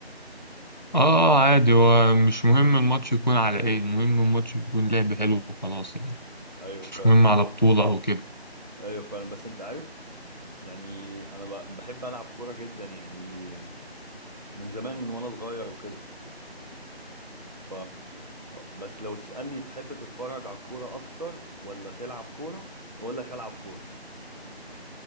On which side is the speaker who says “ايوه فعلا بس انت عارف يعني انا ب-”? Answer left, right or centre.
Right